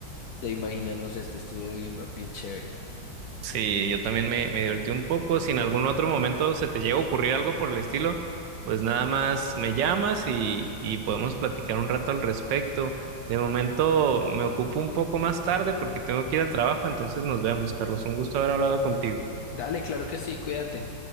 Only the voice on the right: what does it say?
Sí, yo también me, me divertí un poco. Si en algún otro momento se te llega a ocurrir algo por el estilo, pues nada más me llamas y, y podemos platicar un rato al respecto. De momento me ocupo un poco más tarde porque tengo que ir al trabajo, entonces nos vemos, Carlos. Un gusto haber hablado contigo.